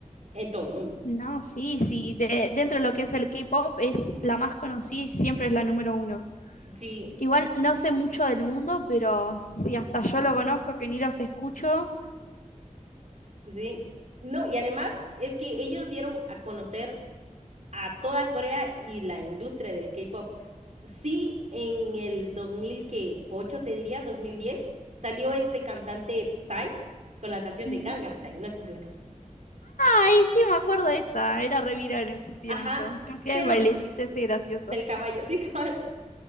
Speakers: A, on the right; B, on the left.
A: en todo el mundo.
B: No, sí, sí. de- dentro de lo que es el K-pop, es la más conocida y siempre es la número uno.
A: Sí,
B: Igual no sé mucho del mundo, pero si hasta yo lo conozco, que ni los escucho.
A: sí. No, y además es que ellos dieron a conocer a toda Corea y la industria del K-pop. Sí, en el dos mil ocho te diría, 2010 salió este cantante Psy con la canción
B: Ujú.
A: de Gangnam Style. No sé si la conoces.
B: Ay, sí, me acuerdo de esa. Era re viral en su tiempo.
A: Ajá,
B: Que hacía
A: pero
B: el bailecito ese gracioso.
A: del caballo, sí, <laughs> cabal.